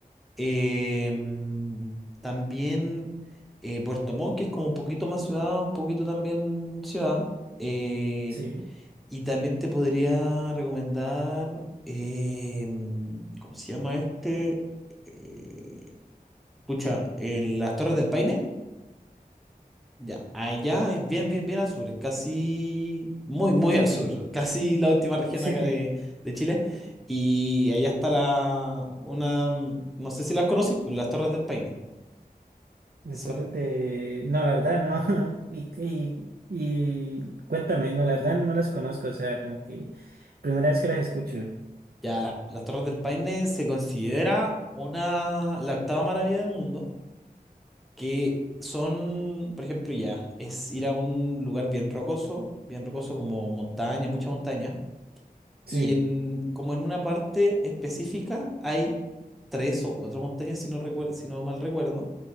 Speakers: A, in the centre; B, on the right.
A: Em, también eh, Puerto Montt, que es como un poquito más ciudad, un poquito también ciudad. Eh,
B: sí,
A: y también te podría recomendar, em, ¿cómo se llama este? Eh, pucha, en las Torres del Paine. Ya, allá es bien, bien, bien al sur, es casi muy, muy al sur, casi la última región
B: <laughs>
A: acá
B: sí,
A: de, de Chile. Y allá está la, una, mm, no sé si las conocís, pues las Torres del Paine.
B: desorden
A: que son-
B: de, no, la verdad, no, <laughs> y, y, y cuéntame, no, la verdad no las conozco, o sea, como que primera vez que las escucho,
A: ya, las, las Torres del Paine se considera una, la octava maravilla del mundo, que son, por ejemplo, ya, es ir a un lugar bien rocoso, bien rocoso como montaña, mucha montaña
B: sí,
A: Y en, como en una parte específica hay tres o cuatro montañas, si no recuer- si no mal recuerdo,